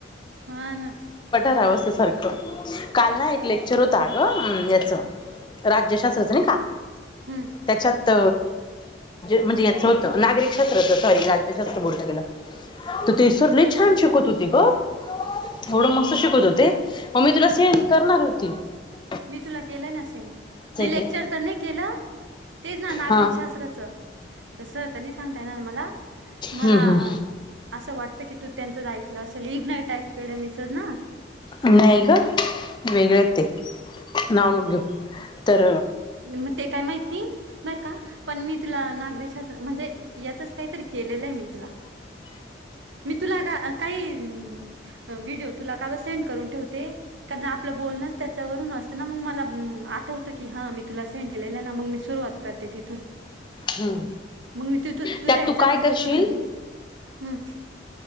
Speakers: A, on the right; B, on the left.
A: हा ना.
B: अवस्थे सारख. काल ना एक लेक्चर होत ग याच. राज्यशास्त्रचं नाही का
A: हम्म
B: त्याच्यात. म्हणजे याच होत नागरीक शास्त्र. राज्यशास्त्र बोलतात याला तर ते सर लई छान शिकवत होते. होते ग एवढं मस्त
A: हा
B: शिकत
A: का?
B: होते. मग मी तुला सेंड करणार होते ते.
A: मी तुला केलय ना सेंड. मी लेक्चर
B: ते
A: तर नाही केलं. तेच ना नागरिक
B: हा
A: शास्त्राचं. तसं आता नाही सांगता येणार मला. मला.
B: हम्म हम्म
A: असं वाटत की तू त्यांचाच ऐकलं असेल. इगनाईट अकॅडमीचं ना.
B: नाही ग वेगळ आहे ते. नाव नको घेऊ. तर
A: म ते काय माहिती. बरं का पण मी तुला नागरिकशास्त्र. म्हणजे याचच काहीतरी केलेलं आहे मी तुला. मी तुला आग काही. व्हिडिओ तुला काव सेंड करून ठेवते. कारण आपलं बोलनाच त्याच्यावरून असतं ना मग मला. मला आठवत की हा मी तुला सेंड केलेलं आहे ना. मग मी सुरवात करते तिथून.
B: हम.
A: मग मी तु तु- तुझ्या
B: त्यात
A: ह्याच्यातून
B: तू काय करशील?
A: शोधून घेते हम्म